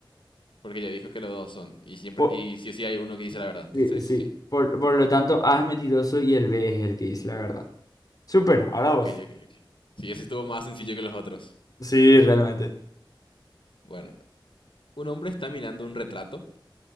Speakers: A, on the left; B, on the left.
A: Porque ya dijo que los dos son. Y siempre,
B: Por...
A: y sí o sí hay uno que dice la verdad. Entonces,
B: Sí, sí,
A: sí.
B: por, por lo tanto, A es mentiroso y el B es el que dice la verdad. Súper, ahora
A: Ok,
B: vos.
A: ok, ok. Sí, ese estuvo más sencillo que los otros.
B: Sí, realmente.
A: Bueno, un hombre está mirando un retrato.